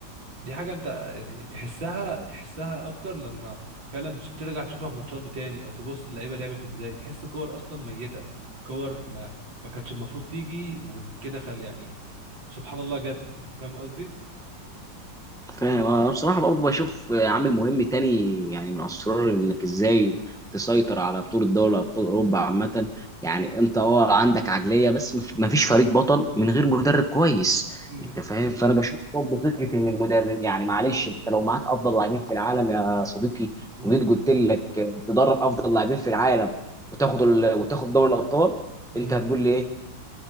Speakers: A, on the right; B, in the centre.
A: دي حاجة انت يعني تحسها تحسها اكتر لما فعلا تش- ترجع تشوفها الماتشات دي تاني او تبص اللعيبة لعبت ازاي تحس كور اصلا ميتة كور ما ما كانتش المفروض تيجي وكده خل يعني سبحان الله جت انت فاهم قصدي؟
B: فاهم انا بصراحه برضه بشوف عامل مهم تاني يعني من اسرار انك ازاي تسيطر على بطوله دوري ابطال اوروبا عامه يعني انت اه عندك عقليه بس مف- مفيش فريق بطل من غير مدرب كويس
A: امم
B: انت فاهم فانا بشوف برضه فكره ان المدرب يعني معلش انت لو معاك افضل لاعبين في العالم يا صديقي
A: امم
B: وجيت قلت لك تدرب افضل لاعبين في العالم وتاخد ال... وتاخد دوري الابطال
A: امم
B: انت هتقول لي ايه؟